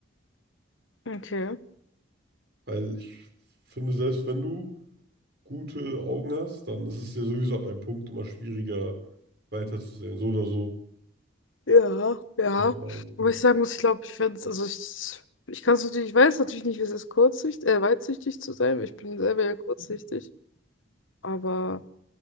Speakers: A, on the left; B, on the right.
A: Okay.
B: Weil ich finde, selbst wenn du gute Augen hast, dann ist es ja sowieso ab einem Punkt immer schwieriger weiterzusehen. So oder so.
A: Ja, ja.
B: Hm,
A: Wobei ich sagen muss, ich glaube, ich fände es, also ich, ich kann es natürlich, ich weiß natürlich nicht, wie es ist, kurzsichtig äh, weitsichtig zu sein, weil ich bin selber ja kurzsichtig. Aber